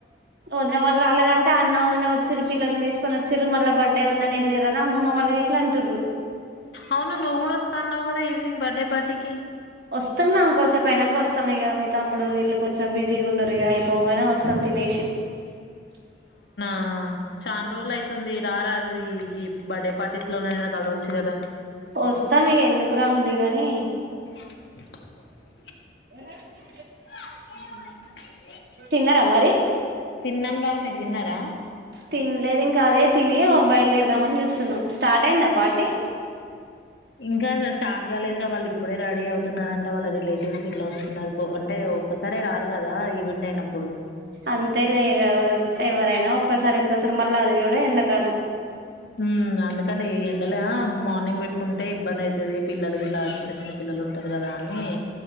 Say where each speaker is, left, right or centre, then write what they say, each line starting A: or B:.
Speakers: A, on the right (about 60°); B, on the left (about 75°).
A: వదిన వాళ్ళు రాలేదంటే అన్న వదిన వచ్ పిల్లల్ని తీసుకని వచ్చిరు మళ్ళ బర్డే ఉందని వెళ్ళర అమ్మ వాళ్ళకి ఎట్లా అంటారు
B: అవును నువ్ గుడ వస్తా అన్నావ్ కదా ఈవనింగ్ బర్డే పార్టీకిి
A: వస్తున్నాంకోసేపోయినాక వస్తాం ఇక మీ తమ్ముడు వీళ్లు కొంచెం బిజీగా ఉన్నారు ఇక అయిపోగానే వస్తంది తినే <unintelligible>
B: ఆ చాన్ రోజులు అయితుంది రార ఈ ఈ బర్డే పార్టీస్ లోననా కలవచ్చు కదా
A: వస్తా మీగ ఎందుకు రాంలే గాని
B: అ
A: <inaudible>
B: అ
A: తిన్నార మరి
B: తిన్నాం రా మీరు తిన్నార
A: తినలేదు ఇంక అదే తిని బయలుదేరదామని చూస్తున్నాం స్టార్ట్ అయింది పాటి
B: ఇంకా స్టార్ట్ కాలేదురా వాళ్ళు ఇప్పుడే రెడీ అవుతున్నారంట అంటే వాళ్ళ రిలేటివ్స్ ఇట్లా వస్తున్నారు అంటే ఒక్కసారే రారు కదా ఈవెంట్ అయినప్పుడు
A: అంతే లే ఇగ ఎవరైనా ఒక్కసారి ఎందుకోసారి మళ్ళీ అది కూడా ఎండాకాలం
B: ఊ అందుకనే ఈ ఎండల మార్నింగ్ పెట్టుకుంటే ఇబ్బంది ఐతది పిల్లలు ఇట్లా చిన్న చిన్న పిల్లలు ఉంటారు కదా అని